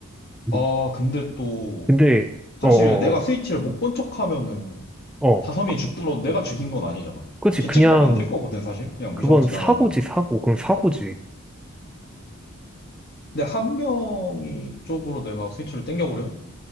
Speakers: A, in the centre; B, on the left (about 50°).
A: 음.
B: 아, 근데 또
A: 근데,
B: 사실
A: 어,
B: 내가
A: 어,
B: 스위치를 못 본 척하면은
A: 어.
B: 다섬이
A: 어.
B: 죽더라도 내가 죽인 건 아니잖아.
A: 그치.
B: 죄책감
A: 그냥,
B: 안 들 거거든 사실. 그냥
A: 그건
B: 무시하고 지나가는
A: 사고지,
B: 거니까.
A: 사고. 그럼 사고지.
B: 근데 한 명이 쪽으로 내가 스위치를 당겨버려요